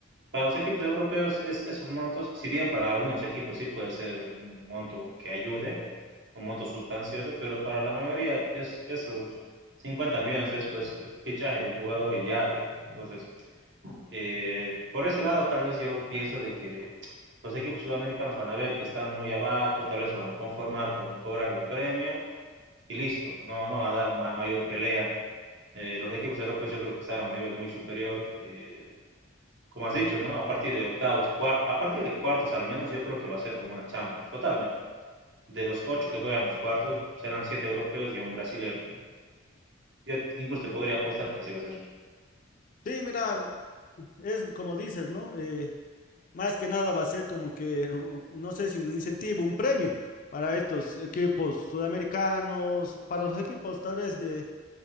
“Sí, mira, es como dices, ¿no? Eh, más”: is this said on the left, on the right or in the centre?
Left